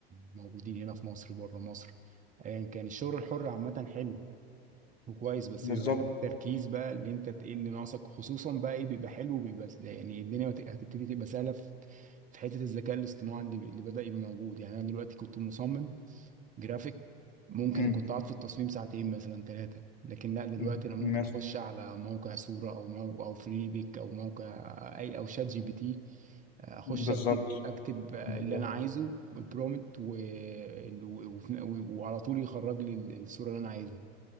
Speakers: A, on the right; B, on the left.
A: الموجودين هنا في مصر بره مصر ايا كان الشغل الحر عامه حلو وكويس بس
B: بالظبط
A: بيبقى محتاج تركيز بقى اللي انت تقل اللي ناقصك خصوصا بقى ايه بيبقى حلو بيبقى يعني الدنيا هت- هتبتدي تبقى سهله في في حته الذكاء الاصطناعي اللي, بي- اللي بدأ يبقى موجود يعني انا دلوقتي كنت مصمم جرافيك ممكن
B: امم
A: كنت اقعد في التصميم ساعتين مثلا ثلاثه لكن لا دلوقتي
B: أمم.
A: انا ممكن
B: مس-
A: اخش على موقع صوره او موقع او فريبيك او موقع اي او شات جي بي تي اخش
B: بالظبط
A: اكتب اكتب اللي
B: بالظبط
A: انا عايزه البرومت و... و... وفي- وعلى طول يخرج لي الصوره اللي انا عايزها